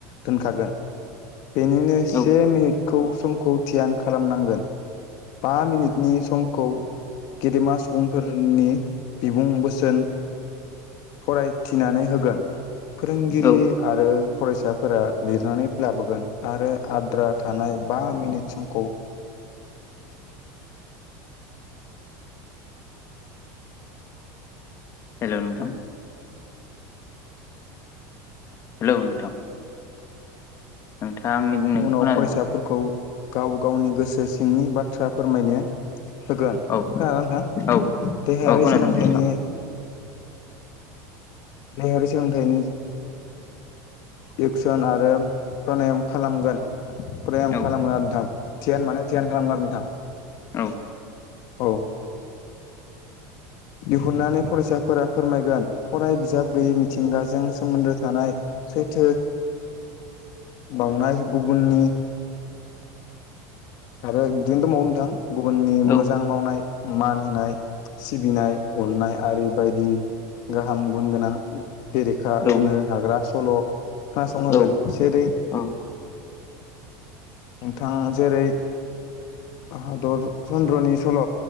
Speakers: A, on the left; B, on the left.
A: दोनखागोन बेनिनो से
B: औ
A: मिनिट खौ समखौ धियान खालामनांगोन बा मिनिटनि समखौ गेदेमा सुबुंफोरनि बिबुं बोसोन फरायथिनानै होगोन फोरोंगिरि
B: औ
A: आरो फरायसाफोरा लिरनानै लाबोगोन आरो आद्रा थानाय बा मिनिट समखौ
B: <inaudible> हेल' नोंथां हेलौ नोंथां नोंथाङा आंनि बुंनायखौ
A: उनाव
B: खोनादोंना?
A: फरायसाफोरखौ गाव गावनि गोसो सिंनि बाथ्रा बाथ्रा फोरमायनो होगोन
B: औ
A: खोना नोंथां
B: औ
A: देहायारि
B: औ खोनादों
A: सोलोंथाइनि
B: दे नोंथां
A: देहायारि सोलोंथाइनि एकसन आरो प्रनाायम खालामगोन <unintelligible>
B: औ
A: खालामो आरो नोंथां, धियान माने धियान खालामो आरो नोंथां।
B: औ
A: औ दिहुननानै फरायसाफोरा फोरमायगोन। फराय बिजाब गैयै मिथिंगाजों सोमोन्दो थानाय सैथो बावनाय गुबुननि आरो बिदिनो दंबावो नोंथां। गुबुननि
B: औ
A: मोजां मावनाय मान होनाय सिबिनाय अननाय आरि बायदि गाहाम गुन गोनां। बेरेखा
B: औ
A: होनो हाग्रा सल' खोनासंहोगोन
B: औ
A: जेरै
B: औ
A: नोंथां जेरै हादर चन्द्रनि सल'